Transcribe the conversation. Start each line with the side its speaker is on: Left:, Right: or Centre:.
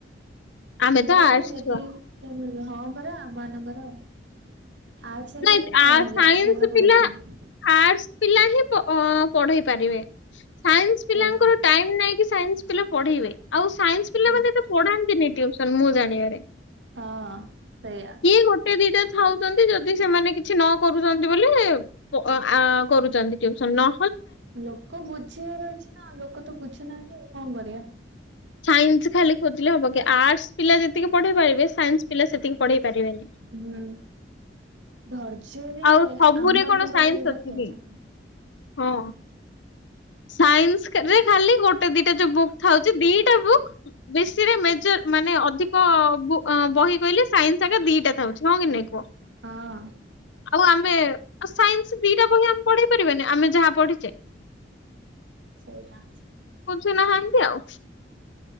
Left: ଆମେ
Right: ଦେଖେ
Left: ତ ଆର୍ଟସ
Right: ଯଦି
Left: ଛୁଆ
Right: କିଏ ମିଳିବ। ହଁ, ପରା ଆମ ମାନଙ୍କର ଆର୍ଟସ୍
Left: ନାଇଁ
Right: ନେଲେ କଣ ହେଲା?
Left: ସାଇନ୍ସ
Right: ଭଲ ପଢଉଛନ୍ତି।
Left: ପିଲା ଆର୍ଟସ ପିଲା ହିଁ ପ-ପଢେଇ ପାରିବେ। ସାଇନ୍ସ
Right: ସେଇ
Left: ପିଲାଙ୍କର ଟାଇମ୍ ନାଇଁକି ସାଇନ୍ସ ପିଲା ପଢ଼େଇବେ। ଆଉ ସାଇନ୍ସ ପିଲା
Right: ହଁ
Left: ମାନେ ତ ପଢ଼ାନ୍ତିନି ଟ୍ୟୁସନ୍ ମୁଁ ଜାଣିବାରେ।
Right: ହଁ, ସେୟା।
Left: କିଏ ଗୋଟେ ଦିଟା ଥାଉଛନ୍ତି ଯେତ୍ ଯଦି ସେମାନେ କିଛି ନ କରୁଛନ୍ତି ବୋଲେ, ପ ଆ କରୁଛନ୍ତି ଟ୍ୟୁସନ୍ ନ
Right: ଲୋକ ବୁଝିବାର ଅଛି ନା। ଲୋକ ତ ବୁଝୁନାହାଁନ୍ତି, ଆଉ କଣ କରିଆ?
Left: ସାଇନ୍ସ ଖାଲି ଖୋଜିଲେ ହବ କି? ଆର୍ଟସ ପିଲା ଯେତିକି ପଢେଇ ପାରିବେ, ସାଇନ୍ସ ପିଲା ସେତିକି ପଢେଇ ପାରିବେନି।
Right: ହୁଁ। ଧୈର୍ଯ୍ୟ ବି
Left: ଆଉ ସବୁରେ
Right: ଆମ ମାନଙ୍କର
Left: କଣ ସାଇନ୍ସ
Right: ଇଏରେ
Left: ଅଛି
Right: ଥାଏ
Left: କି?
Right: ଚାକିରି
Left: ହଁ। ସାଇନ୍ସକରେ ଖାଲି ଗୋଟେ ଦିଟା ଯୋଉ ବୁକ୍ ଥାଉଛି। ଦିଟା ବୁକ୍ ବେଶୀରେ ମେଜର ମାନେ ଅଧିକ-ଅ ବୁ ଅଁ ବହି କହିଲେ, ସାଇନ୍ସ ଆାଗା ଦିଟା ଥାଉଛି। ହଁ କି ନାଇଁ କୁହ?
Right: ହଁ।
Left: ଆଉ ଆମେ ସାଇନ୍ସ ଦିଟା ବହି ଆମେ ପଢେଇ ପାରିବାନି? ଆମେ ଯାହା ପଢିଛେ।
Right: ସେଇଆ।
Left: ବୁଝୁ ନାହାଁନ୍ତି ଆଉ।